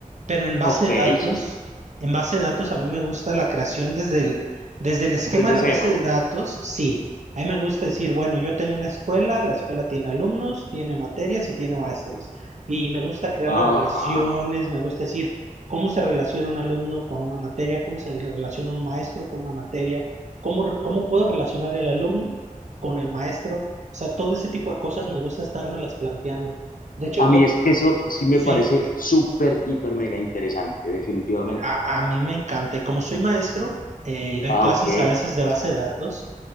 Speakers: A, on the right; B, on the left.
A: Pero en base
B: ok,
A: de datos,
B: sí, sí, sí.
A: en base de datos a mí me gusta la creación desde el, desde el esquema
B: desde
A: de la
B: cero.
A: base de datos, sí. A mí me gusta decir, bueno, yo tengo una escuela, la escuela tiene alumnos, tiene materias y tiene maestros. Y me gusta crear las
B: Ajá.
A: relaciones, me gusta decir, cómo se relaciona un alumno con una materia, cómo se relaciona un maestro con una materia, cómo, cómo puedo relacionar el alumno con el maestro. O sea, todo ese tipo de cosas me gusta estármelas planteando. De hecho,
B: A
A: do-
B: mí es que eso sí me
A: sí,
B: parece súper, hiper, mega interesante, definitivamente.
A: a, a mí me encanta. Y como soy maestro eh, y doy
B: Ah,
A: clases
B: ok,
A: a veces de base de datos,